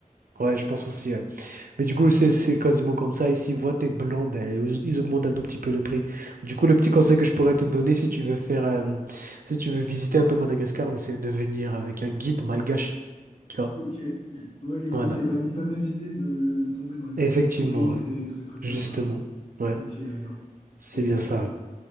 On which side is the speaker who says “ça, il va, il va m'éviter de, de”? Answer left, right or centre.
Left